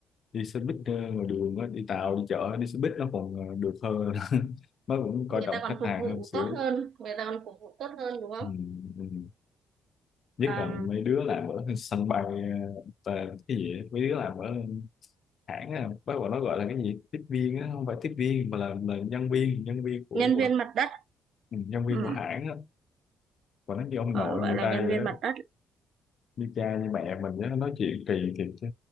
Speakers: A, on the left; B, on the right.
A: đi xe buýt ờ, ngoài đường á, đi tàu đi chợ đi xe buýt nó còn ờ, được hơn <laughs> nó cũng coi
B: người
A: trọng
B: ta còn
A: khách
B: phục
A: hàng
B: vụ
A: hơn xíu
B: tốt hơn người ta còn phục vụ tốt hơn đúng không
A: ừ, ừ. nhất
B: à,
A: là mấy đứa làm ở sân bay ờ, tờ- cái gì á, mấy đứa làm ở hãng á, bác bọn nó gọi là cái gì tiếp viên á, không phải tiếp viên mà là, là nhân viên nhân viên của,
B: nhân
A: của
B: viên mặt đất
A: ừ, nhân viên
B: ừ.
A: của hãng á và nó như ông
B: ờ,
A: nội
B: gọi
A: người
B: là
A: ta
B: nhân
A: vậy
B: viên
A: đó
B: mặt đất
A: như cha như mẹ mình á, nó nói chuyện kỳ thiệt chứ